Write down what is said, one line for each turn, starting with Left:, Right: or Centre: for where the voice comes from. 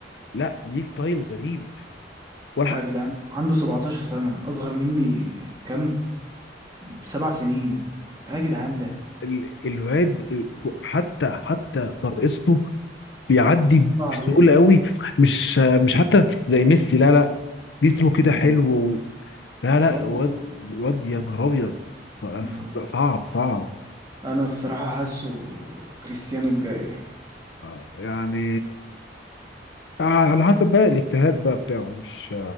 Left: لا ليه ستايل غريب ولا
Right: آه،
Left: حق-
Right: يا جدعان عنده 17 سنة أصغر مني كم سبع سنين آه يا جدعان ده
Left: ال- الواد ال- حتى حتى ترقصته بيعدي
Right: ما شاء الله عليه
Left: بسهوله قوي مش مش حتى زي ميسي لا لا جسمه كده
Right: مم.
Left: حلو و- لا
Right: ما شاء
Left: لا
Right: الله
Left: واد
Right: عليه
Left: واد يا نهار ابيض ص-
Right: آه.
Left: صعب صعب
Right: أنا الصراحة حاسه كريستيانو الجاي
Left: آه، يعني آه، على حسب بقى الاجتهاد بقى بتاعه مش